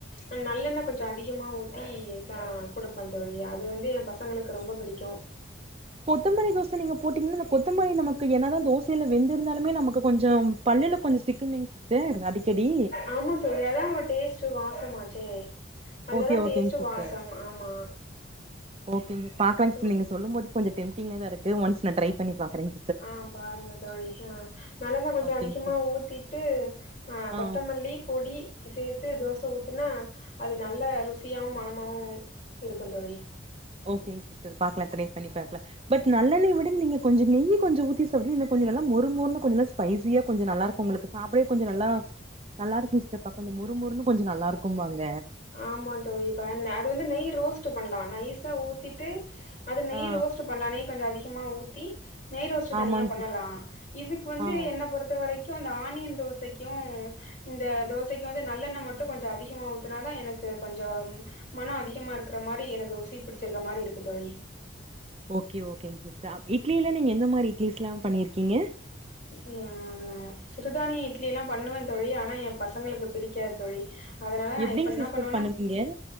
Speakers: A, on the left; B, on the right.
A: அ நல்லெண்ண கொஞ்ச அதிகமா ஊத்தி ச குடுப்பே தோழி அது வந்து எ பசங்களுக்கு ரொம்ப புடிக்கு
B: கொத்தமல்லி தோ தோச நீங்க போட்டீங்கன்னா அந்த கொத்தமல்லி நமக்கு என்ன தா தோசல வெந்திருந்தாலுமே நமக்கு கொஞ்சோ பல்லுல கொஞ்ச சிக்குமே சிஸ் சேர் அடிக்கடி
A: ஆமா தோழி அதா ஒரு டேஸ்ட்டு வாசமாச்சே அதுல
B: ஓகே
A: தா
B: ஓகேங்
A: டேஸ்ட்டு
B: சிஸ்டர்
A: வாசம் ஆமா
B: ஓகேங் பாக்கலாங் சிஸ்டர்
A: ம்
B: நீங்க சொல்லும் போது கொஞ்ச டெம்டிங்கா தா இருக்கு ஒன்ஸ் நா ட்ரை பண்ணி பாக்ரேங்
A: ஆ பாருங்க தோழி ஆ நல்லெண்ண கொஞ்ச
B: ஓகேங்
A: அதிகமா
B: சிஸ்
A: ஊத்திட்டு அ
B: ஆ
A: கொத்தமல்லி பொடி சேத்து தோசை ஊத்துனா அது நல்ல ருசியாவு மனமாவு இருக்கு தோழி
B: ஓகே சிஸ்டர் பாக்கலா ட்ரை பண்ணி பாக்கலா பட் நல்லெண்ணய விட நீங்க கொஞ்ச நெய்கொஞ்ச ஊத்தி சாப்டிங்கனா கொஞ்ச நல்லா மொருமொருனு கொஞ்ச நாச் ஸ்பைசியா கொஞ்ச நல்லாருக்கு உங்களுக்கு சாப்டவே கொஞ்ச நல்லா நல்லாருக்கு சிஸ்டர் பக்க இந்த மொரு மொருன்னு கொஞ்சோ நல்லாருக்கும்பாங்க
A: ஆமா தோழி ப அது வந்து நெய் ரோஸ்ட்டு பண்லாம் நைசா ஊத்திட்டு அத நெய்
B: ஆ
A: ரோஸ்ட்டு பண்ணேன்னே கொஞ்ச அதிகமாக ஊத்தி நெய் ரோஸ்ட்டு தனியா
B: ஆமாங்
A: பண்ணலா
B: சிஸ்
A: இதுக்கு வந்து
B: ஆ
A: என்ன பொறுத்த வரைக் ஆனியன் தோசைக்கு இந்த தோசைக்கு வந்து நல்லெண்ண மட்டும் கொஞ்ச அதிகமா ஊத்த அதனாதா எனக்கு கொஞ்ச மன அதிகமா இருக்கிற மாரி எனக்கு ருசி பிடிச்சிருக்க மாரி இருக்கு தோழி
B: ஓகே ஓகேங்க சிஸ்டர் இட்லியில நீங்க எந்த மாதிரி இட்லீஸ் எல்லாம் பண்ணியிருக்கீங்க
A: ம் ம் நா சிறுதானிய இட்லி எல்லா பண்ணுவே தோழி ஆனா ஏ பசங்களுக்கு பிடிக்காது தோழி அதனால நா
B: எப்டிங்
A: இப்போ என்ன
B: சிஸ்டர்
A: பண்ணுவேண்ணா
B: பண்ணுவீங்க